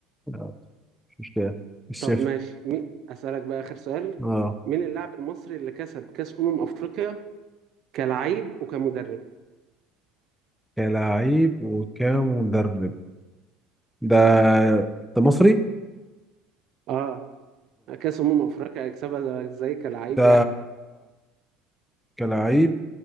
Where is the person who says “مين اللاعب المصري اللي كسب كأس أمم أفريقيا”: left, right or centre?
Right